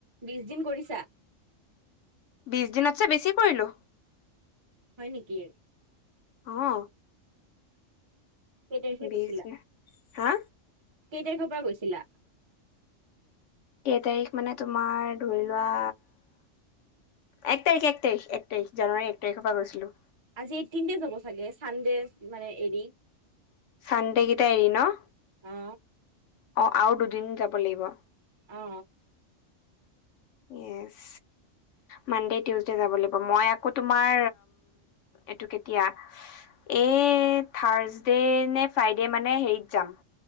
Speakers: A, on the right (about 25°); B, on the left (about 75°).
A: বিশ দিন কৰিছা
B: বিশ দিনতছে বেছি কৰিলোঁ
A: হয় নেকি
B: অ
A: কেই তাৰিখে
B: বিছ
A: গৈছিলা?
B: হা
A: কেই তাৰিখৰ পৰা গৈছিলা
B: কেই তাৰিখ মানে তোমাৰ ধৰি লোৱা এক তাৰিখ এক তাৰিখ এক তাৰিখ জানুৱাৰী এক তাৰিখৰ পৰা গৈছিলো
A: আজি এইটিন ডেইচ হব চাগে চানডে মানে এৰি
B: চানদেকেইটা এৰি ন
A: অ
B: অ আৰু দুদিন যাব লাগিব
A: অ
B: য়েছ মানডে টিউচডে যাব লাগিব মই আকৌ তোমাৰ এটো কেতিয়া এই থাৰ্ছডে নে ফ্ৰাইডে মানে হেৰিত যাম